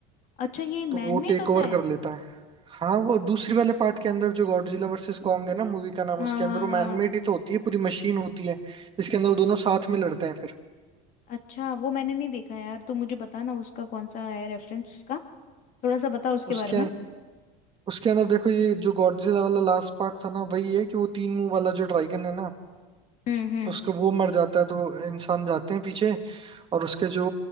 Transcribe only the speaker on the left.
अच्छा ये
मैनमेड
होता
है
हाँ
हाँ
हाँ
अच्छा वो मैंने नहीं देखा यार तो मुझे बता ना उसका कौन सा है रेफरेंस उसका थोड़ा सा बता उसके
बारे में
हम्म हम्म